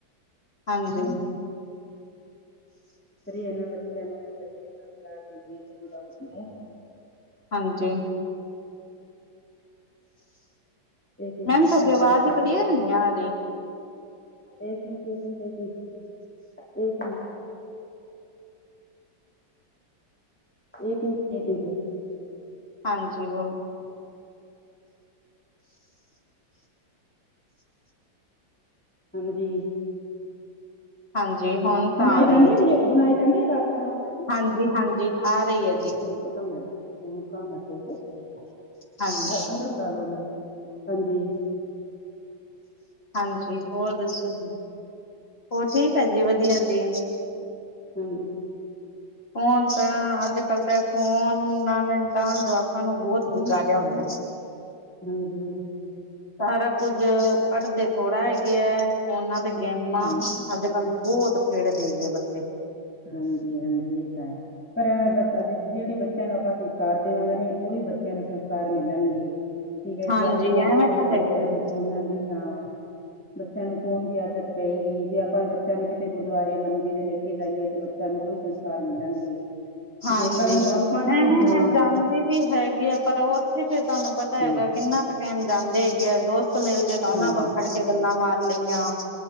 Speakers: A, on the left; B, in the centre.
A: ਹਾਂਜੀ
B: ਫ੍ਰੀ ਇਹਨਾਂ ਬੱਚਿਆਂ ਨੂੰ ਚੰਗੇ ਤਾਂ <inaudible> ਦੇ ਚੰਗਾ ਵਧੀਆ
A: ਹਾਂਜੀ
B: ਇੱਕ ਮਿੰਟ
A: ਮੈਮ ਤੁਹਾਡੀ
B: ਇੱਕ
A: ਆਵਾਜ਼
B: ਮਿੰਟ
A: ਕਲੀਅਰ ਨੀ ਆ ਰਹੀ।
B: ਇੱਕ ਮਿੰਟ- ਇੱਕ ਮਿੰਟ -ਇੱਕ ਮਿੰਟ -ਇੱਕ ਮਿੰਟ ਇੱਕ ਮਿੰਟ ਇੱਕ ਮਿੰਟ <inaudible>
A: ਹਾਂਜੀ ਬੋਲੋ <inaudible>
B: ਹਾਂਜੀ
A: ਹਾਂਜੀ ਹੁਣ ਤਾਂ
B: ਆਈ
A: ਆ ਰਹੀ
B: ਜਾਂਦੀ
A: ਐ
B: ਹੈ
A: ਜੀ,
B: ਮੇਰੇ ਹੁਣ ਆਈ ਜਾਂਦੀ ਹੈ ਆਵਾਜ਼ ਹੁਣ ਆਈ ਜਾਂਦੀ ਹੈ
A: ਹਾਂਜੀ ਹਾਂਜੀ ਆ ਰਹੀ ਐ।
B: ਕੋਲ ਤੇ ਕੰਮ ਹੈਗਾ ਕੋ ਕੰਮ ਹੈ ਕੋ ਤੇ <unintelligible>
A: ਹਾਂਜੀ
B: ਅ ਅੰਦਰ ਬੁਲਾ ਲੋ ਉਹਨਾਂ ਨੂੰ, ਹਾਂਜੀ।
A: ਹਾਂਜੀ, ਹੋਰ ਦੱਸੋ ਜੀ। ਹੋਰ ਠੀਕ ਐ ਜੀ, ਵਧੀਆ ਜੀ।
B: ਹਂ
A: ਫੋਨ ਤਾਂ ਅੱਜ -ਕਲ ਤੇ ਫੋਨਾਂ ਨੇ ਤਾਂ ਜਵਾਕਾਂ ਨੂੰ ਬਹੁਤ ਵਿਗਾੜਿਆ ਹੋਇਆ।
B: ਹਾਂਜੀ
A: ਸਾਰਾ ਕੁੱਝ ਪੜ੍ਹਦੇ ਥੋੜ੍ਹਾ ਹੈਗੇ ਹੈ ਫੋਨਾਂ ਤੇ ਗੇਮਾਂ
B: ਹਾਂਜੀ
A: ਅੱਜ ਕੱਲ ਬਹੁਤ ਖੇਡ ਦੇਗੇ ਬੱਚੇ
B: ਹਾਂਜੀ -ਹਾਂਜੀ ਇਹ ਤਾਂ ਹੈ ਪਰ ਜਿ ਜਿਹੜੇ ਬੱਚੇ ਬੱਚਿਆਂ ਨੂੰ ਆਪਾਂ ਸੰਸਕਾਰ ਦੇਵਾਂਗੇ ਨੇ ਉਹੀ ਬੱਚਿਆਂ ਨੂੰ ਸੰਸਕਾਰ ਮਿਲਣਗੇ। ਠੀਕ ਹੈ
A: ਹਾਂਜੀ
B: ਜੀ ਅੱਜ ਫੋਨ
A: ਐਵੇਂ
B: ਦੇਵਾਂਗੇ
A: ਤਾਂ
B: ਤ
A: ਹੈਗਾ
B: ਬੱਚਿਆਂ ਨੂੰ
A: ਜੀ
B: ਫੋਨਾ ਦੀ ਹਾਂ। ਬੱਚਿਆਂ ਨੂੰ ਫੋਨ ਦੀ ਆਦਤ ਪਏਗੀ ਜੇ ਆਪਾਂ ਬੱਚਿਆਂ ਨੂੰ ਕਿਤੇ ਗੁਰਦੁਆਰੇ ਮੰਦਿਰ ਲੈ ਕੇ ਜਾਈਏ। ਤੇ ਬੱਚਿਆਂ ਨੂੰ ਉਹੀ ਸੰਸਕਾਰ ਮਿਲਣਗੇ
A: ਹਾਂਜੀ।
B: ਜੇ ਕੱਲ ਨੂੰ ਆਪਾਂ
A: ਐਵੇਂ
B: ਜੇ ਹਾਂ।
A: ਹੈ ਜਾਂਦੇ ਵੀ ਹੈਗੇ ਆ ਪਰ ਉੱਥੇ ਫੇਰ ਤੁਹਾਨੂੰ ਪਤਾ
B: ਹਮ,
A: ਹੈਗਾ ਕਿੰਨਾ ਕੁ ਟਾਈਮ ਜਾਂਦੇ ਹੈਗੇ ਆ ਦੋਸਤ ਮਿਲ ਜੇ ਤਾਂ ਉਹਨਾਂ
B: ਹਾਂ
A: ਕੋਲ ਖੜ ਕੇ ਗੱਲਾਂ ਮਾਰ ਲਈਆਂ